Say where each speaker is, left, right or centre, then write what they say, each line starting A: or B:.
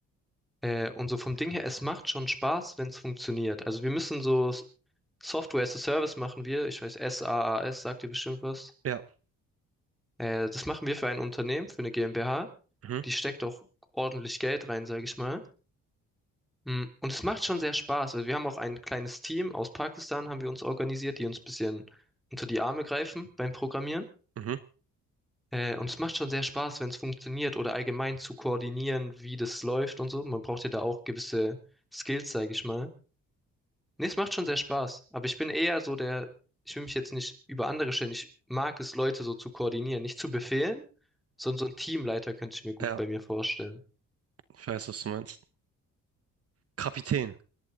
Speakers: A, in the centre; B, on the right (about 50°).
A: Äh, und so vom Ding her, es macht schon Spaß, wenn es funktioniert. Also wir müssen so S- Software as a Service machen wir. Ich weiß, SaaS sagt dir bestimmt was.
B: Ja.
A: Äh, das machen wir für ein Unternehmen, für eine GmbH.
B: Mhm.
A: Die steckt auch ordentlich Geld rein, sage ich mal. Mm, Und es macht schon sehr Spaß. Also wir haben auch ein kleines Team aus Pakistan, haben wir uns organisiert, die uns ein bisschen unter die Arme greifen beim Programmieren.
B: Mhm.
A: Äh, und es macht schon sehr Spaß, wenn es funktioniert oder allgemein zu koordinieren, wie das läuft und so. Man braucht ja da auch gewisse Skills, sage ich mal. Nee, es macht schon sehr Spaß. Aber ich bin eher so der, ich will mich jetzt nicht über andere stellen. Ich mag es, Leute so zu koordinieren, nicht zu befehlen, sondern so ein Teamleiter könnte ich mir gut
B: Ja,
A: bei mir vorstellen.
B: ich weiß, was du meinst. Kapitän.